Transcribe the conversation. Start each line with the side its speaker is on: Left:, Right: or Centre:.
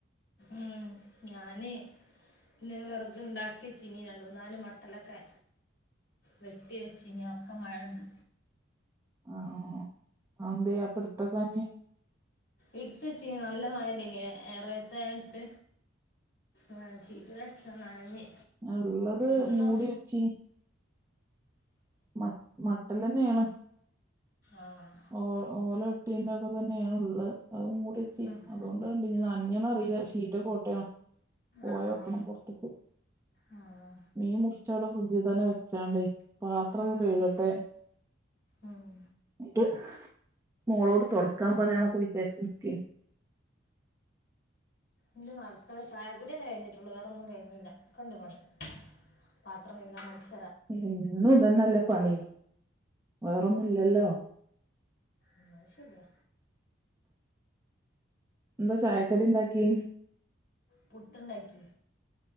Left: ഉം ഞാന് ന്നെ വെർക് ണ്ടാക്കിയെച്ചിനി രണ്ടൂന്നാല് മട്ടലൊക്കെ. വെട്ടിവെച്ചിനീ അഹ് ഒക്കെ മഴൊണ്ട്.
Right: ആഹ് അഹ് അയ് ന്തേ അപ്പട്ത്തെക്കാഞ്ഞ്
Left: ഇട്ത്തെച്ചീനു നല്ല മഴല്ലെയ്നി എ എറെത്തായോണ്ട് എഹ് ചീ റ്റലടിച്ച് അഹ് നനഞ്ഞ്.
Right: ഞ ഉള്ളത്
Left: ഇപ്പൊ നോ
Right: മൂടി വെച്ചിനി. മട്ട് മട്ടല്ലെന്നേണ്.
Left: ആഹ്
Right: ഓ ഓല വെട്ടിന്റൊക്കെതന്നേണ്ള്ളഹ് അതു മൂടി
Left: അ ഹ്.
Right: <unintelligible> ണ്ട് കണ്ടിനി നന്ഞ്ഞ്ണോ അറീല ഷീറ്റ് പോട്ട്ണ് പോയോക്കണം
Left: ആഹ്
Right: പൊർത്ത്ക്ക്.
Left: ആഹ്
Right: മീം മുറിചാടെ ഫ്രിഡ്ജ് തന്നെ വെച്ചാണ്ട് പാത്രൊക്കെ
Left: ഉം
Right: കെഴ്കട്ടെ.
Left: ഉം
Right: ന്ന്ട്ട് മോളോട് തൊടക്കാം പറയാന്നൊക്കെ വിചാരിച്ച് ന്ന്ക്കേയ്ന്.
Left: ഇൻ്റെ മക്കളെ ചായകുടിയെന്നെ കയിഞ്ഞിട്ടുള്ളൂ വേറോന്നും കഴിഞ്ഞില്ല ക്കണ്ട് പണി. പാത്രം കെയ്കണം അടിച്
Right: എന്നുംതന്നല്ലേ പണി വേറൊന്നുംല്ലല്ലോ.
Left: ആഹ് അയ് ശെര്യാ.
Right: ന്താ ചായക്കടി ണ്ടാക്കി
Left: പുട്ട്ണ്ടാക്കി.